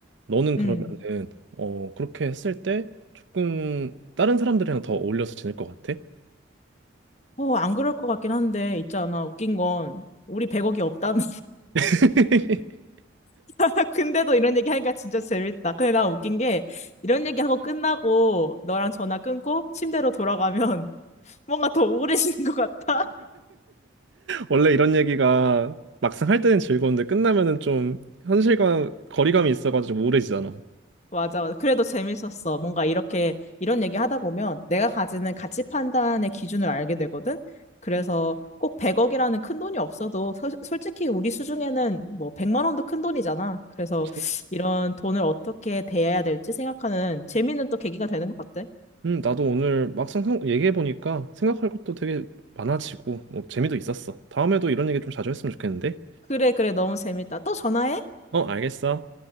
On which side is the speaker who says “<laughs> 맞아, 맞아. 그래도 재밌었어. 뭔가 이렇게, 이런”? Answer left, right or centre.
Left